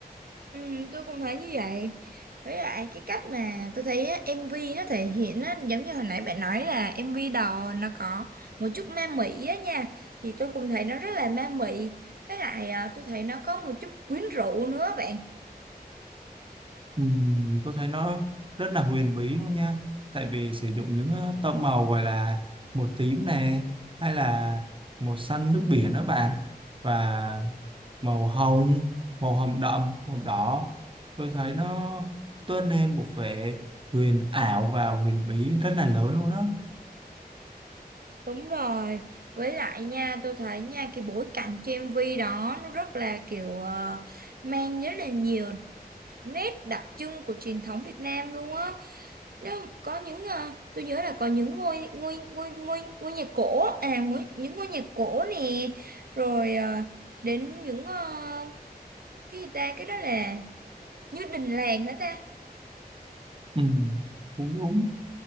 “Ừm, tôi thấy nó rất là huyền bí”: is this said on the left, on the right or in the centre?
Right